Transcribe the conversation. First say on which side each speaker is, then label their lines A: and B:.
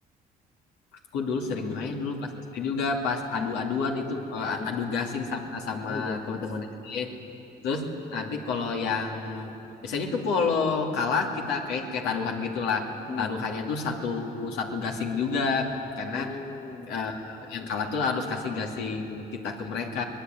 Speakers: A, on the left; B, on the left.
A: Aku dulu
B: Tapi
A: sering
B: seru
A: main
B: sih.
A: dulu pas SD juga, pas
B: Ya,
A: adu-aduan itu eh,
B: ya.
A: adu gasing sama sama
B: Aduh, gasing.
A: teman-teman SD. Terus nanti kalau yang biasanya tuh kalau kalah kita kayak kayak taruhan gitulah.
B: Hmm.
A: Taruhannya tuh satu satu gasing juga karena
B: Oh.
A: eh, yang kalah tuh harus kasih gasing kita ke mereka.